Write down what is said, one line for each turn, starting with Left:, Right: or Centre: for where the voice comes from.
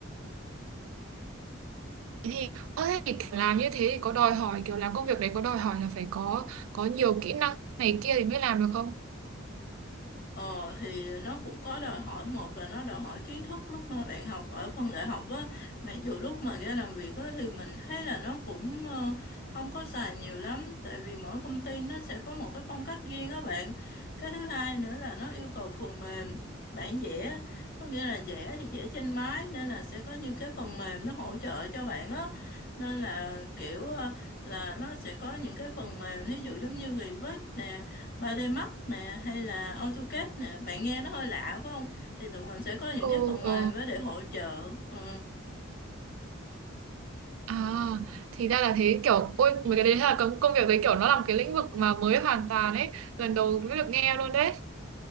Right: Thế thì ơ thế thì kiểu làm như thế thì có đòi hỏi kiểu làm công việc đấy có đòi hỏi là phải có có nhiều kỹ năng này kia thì mới làm được không
Left: Ờ thì nó cũng có đòi hỏi một là nó đòi hỏi kiến thức lúc mà bạn học ở phần đại học á mặc dù lúc mà ra làm việc á thì mình thấy là nó cũng ờ, không có xài nhiều lắm tại vì mỗi công ty nó sẽ có một cái phong cách riêng á bạn cái thứ hai nữa là nó yêu cầu phần mềm bản vẽ có nghĩa là vẽ thì vẽ trên máy nên là sẽ có những cái phần mềm nó hỗ trợ cho bạn á nên là kiểu ờ, là nó sẽ có những cái phần mềm ví dụ giống như Revit nè Ba d Max nè hay là AutoCAD nè bạn nghe nó hơi lạ phải không thì tụi mình sẽ có những
Right: ừ
Left: cái phần
Right: ờ
Left: mềm đó để hỗ trợ ừ.
Right: à thì ra là thế kiểu ôi mấy cái đấy là công công việc đấy kiểu nó là một cái lĩnh vực mà mới hoàn toàn ấy lần đầu mới được nghe luôn đấy